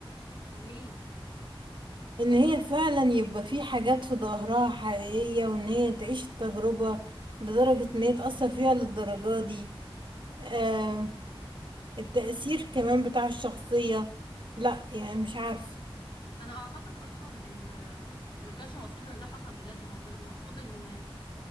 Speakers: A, on the left; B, on the right.
A: وليه
B: ان هي فعلا يبقى في حاجات في ظهرها حقيقية وان هي تعيش التجربة لدرجة ان هي تأثر فيها للدرجة دي آه التأثير كمان بتاع الشخصية لا يعني مش عارفة
A: انا أنا اعتقد اصلا ال ما كانش مقصود ان ده حصل بجد هو كان المقصود ان